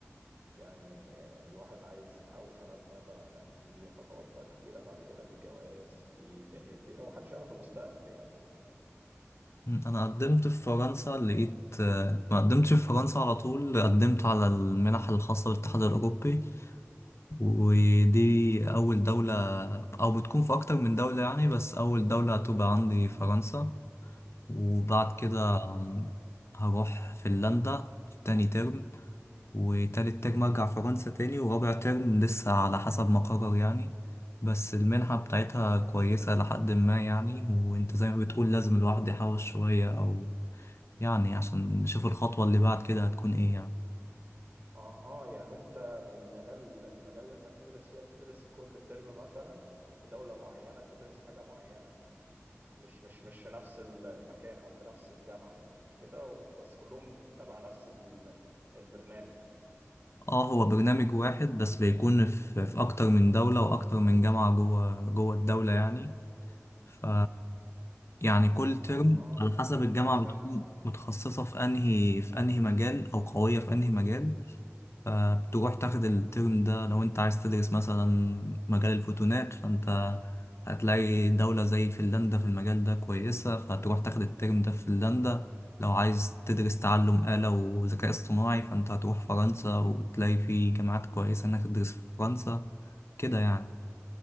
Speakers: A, on the right (about 35°); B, on the left (about 60°).
A: يعني الواحد عايز يحوش على قد ما يقدر عشان في خطوات بقى كتيرة بعد كده في جواز في دنيا كبيرة ومحدش يعرف المستقبل يعني
B: أنا قدمت في فرنسا لقيت آه، ما قدمتش في فرنسا على طول قدمت على المنح الخاصة بالاتحاد الأوروبي ودي أول دولة أو بتكون في أكتر من دولة يعني بس أول دولة هتبقى عندي فرنسا وبعد
A: مهم.
B: كده هروح فنلندا تاني ترم وتالت ترم أرجع فرنسا تاني ورابع ترم لسه على حسب ما أقرر يعني بس المنحة بتاعتها كويسة لحد ما يعني وأنت زي ما بتقول لازم الواحد يحاول شوية أو يعني عشان نشوف الخطوة اللي بعد كده هتكون إيه يعني
A: اها يعني انت المجال المجال اللي انت هتدرس فيها تدرس كل ترم مثلا في دولة معينة تدرس حاجة معينة مش مش مش في نفس ال- المكان او في نفس الجامعة يعني مش كده و- بس كلهم تبع نفس ال- البرنامج
B: اه هو برنامج واحد بس بيكون في, في اكتر من دولة واكتر من جامعة جوه جوه الدولة يعني ف يعني كل ترم
A: اها
B: على حسب الجامعة
A: انا سمعت
B: بتكون متخصصة في انهي في انهي مجال او قوية في انهي مجال فبتروح تاخد الترم ده لو انت عايز تدرس مثلا مجال الفوتونات فانت هتلاقي دولة زي فنلندا في المجال ده كويسة فهتروح تاخد الترم ده في فنلندا لو عايز تدرس تعلم آلة وذكاء اصطناعي فانت هتروح فرنسا وتلاقي في جامعات كويسة انك تدرس في فرنسا كده يعني